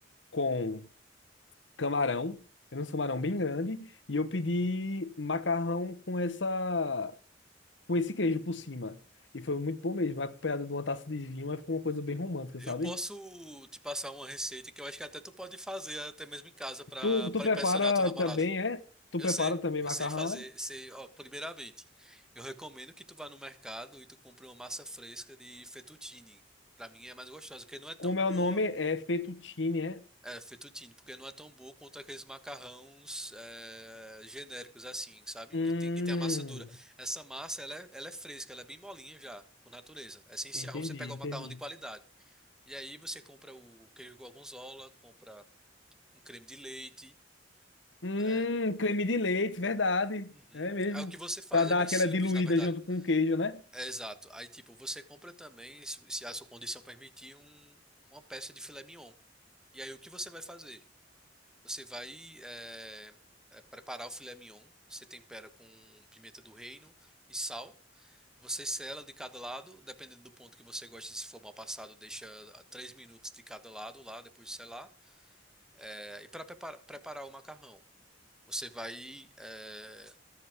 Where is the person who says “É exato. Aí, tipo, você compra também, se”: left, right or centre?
Centre